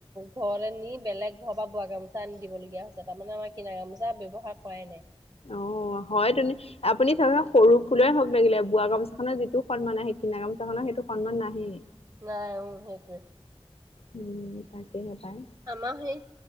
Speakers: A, on the right; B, on the left.
A: ঘৰলৈ নি বেলেগ ঘৰ বা বোৱা গামোচা আনি দিবলগীয়া হৈছে তাৰমানে আমাৰ কিনা গামোচা ব ব্যয়ৱহাৰ কৰাই নাই
B: অঁ হয় তুন আপুনি ধ সৰু ফুলৰে হওঁক লাগিলে বোৱা গামোচা খনৰ যিটো সন্মান আহে কিনা গামোচা খনৰ সেইটো সন্মান নাহেই
A: নাই সেইটোৱে
B: উম তাকেহে পাই
A: আমাৰ হেৰি